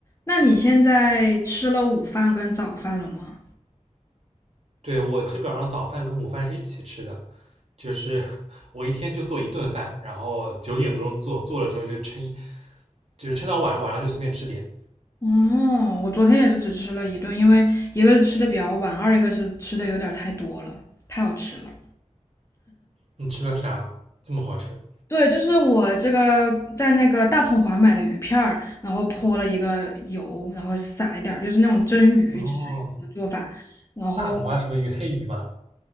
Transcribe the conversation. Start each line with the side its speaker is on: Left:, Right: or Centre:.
Left: 那你现在吃了午饭跟早饭了吗？
Right: 对，我基本上早饭跟午饭是一起吃的，就是我一天就做一顿饭，然后九点多钟做，做了之后就撑一就是撑到晚上，晚上就随便吃点。
Left: 哦，我昨天也是只吃了一顿，因为一个是吃的比较晚，二一个是吃的有点儿太多了，太好吃了。
Right: 你吃了啥？这么好吃？
Left: 对，就是我这个在那个大统华买的鱼片儿，然后泼了一个油，然后撒一点儿，就是那种蒸鱼吃鱼的做法，
Right: 哦，
Left: 然后
Right: 大红花什么鱼？黑鱼吗？